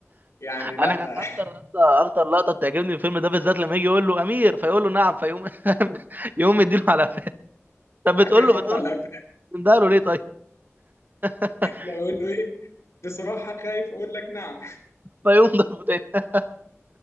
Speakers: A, on the left; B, on the right.
A: يعني لا
B: انا كانت اكتر
A: <laughs>
B: اكتر اكتر لقطه بتعجبني في الفيلم ده بالذات لما يجي يقول له امير فيقول له نعم فيقوم <laughs> يقوم مديله على <laughs> قفاه طب بتقول
A: حكاية
B: له
A: خبط
B: بتقول
A: على قفاك
B: له ده له ليه طيب <laughs>
A: لو أقول له إيه بصراحة خايف أقول لك نعم
B: فيقوم ضربه تاني